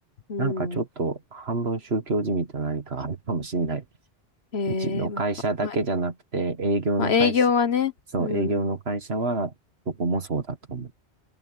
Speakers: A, on the left (about 70°); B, on the right (about 70°).
A: うん。
B: なんかちょっと半分宗教じみた何かあるかもしんない。
A: ええ、
B: うちの会社だけじゃなくて、
A: ま、ま、ま
B: 営業の会社、
A: まあ、営業はね。
B: そう、
A: うん、
B: 営業の会社は、
A: う
B: どこもそうだと思う。